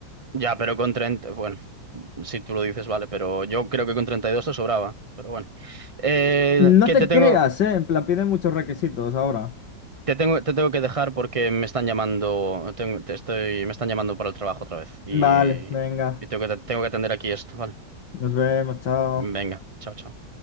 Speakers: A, on the right (about 35°); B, on the left (about 75°).
A: Ya, pero con 30... Bueno, si tú lo dices, vale, pero yo creo que con 32 te sobraba. Pero bueno. Eh,
B: No
A: que
B: te
A: te tengo...
B: creas, eh, en plan, piden muchos requisitos ahora.
A: Te tengo, te tengo que dejar porque me están llamando, tengo- te estoy, me están llamando para el trabajo otra vez y,
B: Vale, venga.
A: y tengo que, tengo que atender aquí esto, ¿vale?
B: Nos vemos, chao.
A: Venga, chao, chao.